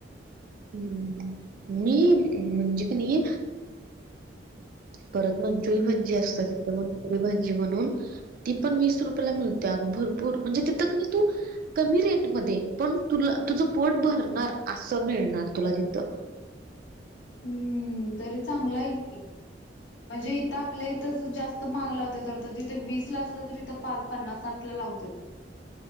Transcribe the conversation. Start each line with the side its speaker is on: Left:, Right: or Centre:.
Right: हम्म मी म्हणजे काणी. परत मंचुरी भाजी असतात, इथ मंचुरी भाजी म्हणून. ती पण वीस रुपयला मिळते अ भरपूर म्हणजे तिथं कणी तू. कमी रेटमध्ये पण तुला तुझं पोट भरणार असं मिळणार तुला तिथं.
Left: हम्म तरी चांगलं आहे की, म्हणजे इथं आप. आपल्या इथंच जास्त माहाग लावतात वाटतं तिथे वीस ला असलं त इथं पाच पन्नास साठ ला लावल्यात.